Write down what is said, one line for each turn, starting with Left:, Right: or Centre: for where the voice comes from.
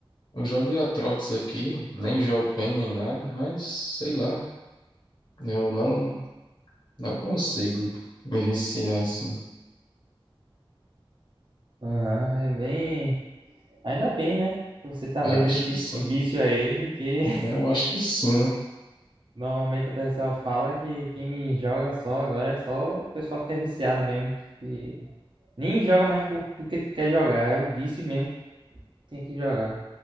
Left: Eu jogo de Aatrox aqui, nem jogo bem nem nada, mas sei lá, eu não não consigo me viciar assim.
Right: Aham, é bem. Ainda bem, né? Você tá
Left: É,
Right: livre
Left: acho
Right: desse
Left: que sim.
Right: vício aí, que <laughs>
Left: Eu acho que sim. né?
Right: normalmente o pessoal fala que quem joga só agora é só o pessoal que é viciado mesmo. Que nem joga mais por- porque quer jogar, é o vício mesmo que tem que jogar.